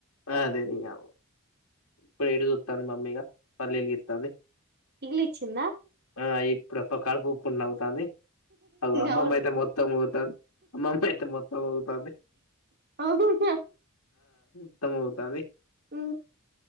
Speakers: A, on the left; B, on the right.
A: అదే నీ ఔ ఇప్పుడు వీడియో చూత్తాంది మమ్మీ ఇగా పల్లెలిగిత్తాంది
B: ఇల్లిచ్చిందా
A: ఆ ఇప్పుడు ప కలుపూపుకుంటా నవ్వుతాంది అగో అమ్మమ్మ
B: అవునా
A: అయితే మొత్తం ఊగుతాంది అమ్మమ్మ అయితే మొత్తం ఊగుతాంది
B: అవునా
A: త్తం ఊగుతాంది
B: ఉ